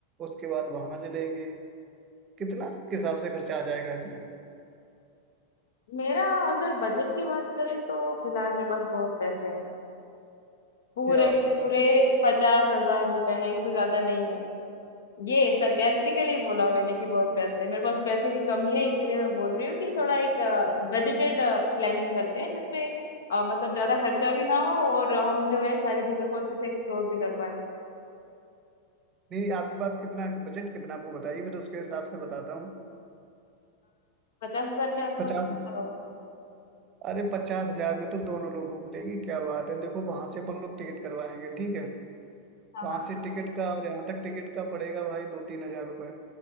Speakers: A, on the right; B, on the left.
A: उसके बाद वहाँ चलेंगे कितना के हिसाब से खर्चा आ जाएगा इसमें
B: मेरा अगर बजट की बात करें तो फिलहाल मेरे पास बहुत पैसे हैं पूरे
A: क्या
B: के
A: बात
B: पूरे
A: है
B: पचास हजार रुपए है इससे ज्यादा नहीं है ये सरकास्टिकली बोला मैंने कि बहुत पैसे हैं मेरे पास पैसे की कमी है इसीलिए मैं बोल रही हूँ कि थोड़ा एक बजटेड प्लानिंग करते हैं जिसमें अ, मतलब ज्यादा खर्चा भी ना हो और हम जो है सारी जगह को अच्छे से एक्सप्लोर भी कर पाए
A: नहीं आपके पास कितना बजट कितना वो बताइए फिर उसके हिसाब से बताता हूँ
B: पचास हजार के आसपास
A: पचास
B: अ,
A: अरे पचास हजार में तो दोनों लोग घूम लेंगे क्या बात है देखो वहां से अपन लोग टिकट करवाएंगे ठीक है
B: हाँ
A: वहां
B: हाँ
A: से टिकट का और यहाँ तक टिकट का पड़ेगा भाई दो तीन हजार रुपए